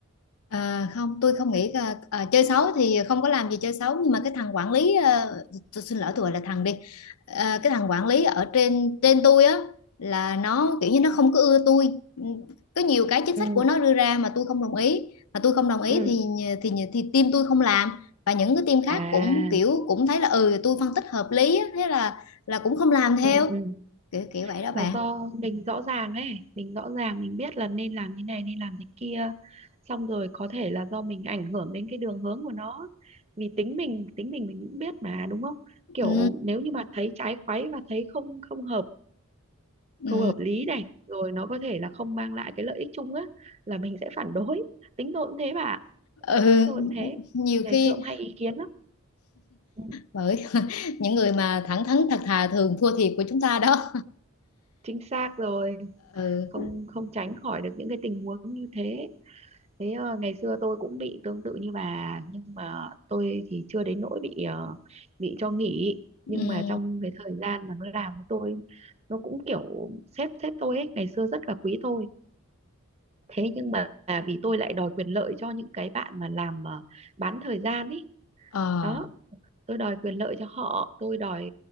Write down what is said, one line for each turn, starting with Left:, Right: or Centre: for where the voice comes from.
Left: À, không tôi không nghĩ à, à, chơi xấu thì không có làm gì chơi xấu nhưng mà cái thằng quản lý à, tôi xin lỗi tôi gọi là thằng đi à, cái thằng quản lý ở trên trên tôi á là nó kiểu như nó không có ưa tôi Ừ, có nhiều cái chính
Right: ừ
Left: sách của nó đưa ra mà tôi không đồng ý mà tôi không đồng ý
Right: ừ
Left: thì thì thì team tôi không làm và những cái team khác
Right: À,
Left: cũng kiểu cũng thấy là ừ tôi phân tích hợp lý á, thế là là cũng không làm theo
Right: ừ ừ
Left: kiểu kiểu vậy đó bạn
Right: là do mình rõ ràng ấy, mình rõ ràng mình biết là nên làm như này nên làm thế kia. Xong rồi có thể là do mình ảnh hưởng đến cái đường hướng của nó. Vì tính mình, tính mình mình cũng biết mà đúng không? Kiểu
Left: ừ,
Right: nếu như mà thấy trái khoáy và thấy không không hợp,
Left: ừ,
Right: không hợp lý này, rồi nó có thể là không mang lại cái lợi ích chung á là mình sẽ phản đối. Tính tôi cũng thế bà. ạ.
Left: ừ <laughs>
Right: chính tôi cũng thế
Left: nhiều
Right: ngày
Left: khi
Right: xưa cũng hay ý kiến lắm Ừ,
Left: bởi <laughs> những người mà thẳng thắn thật thà thường thua thiệt của chúng ta đó
Right: chính xác rồi
Left: ừ.
Right: không không tránh khỏi được những cái tình huống như thế thế ờ, ngày xưa tôi cũng bị tương tự như bà nhưng mà tôi thì chưa đến nỗi bị ờ, bị cho nghỉ
Left: ừm,
Right: nhưng mà trong cái thời gian mà nó làm với tôi nó cũng kiểu sếp sếp tôi ấy ngày xưa rất là quý tôi thế nhưng mà à, vì tôi lại đòi quyền lợi cho những cái bạn mà làm ờ, bán thời gian ấy
Left: ờ,
Right: đó tôi đòi quyền lợi cho họ tôi đòi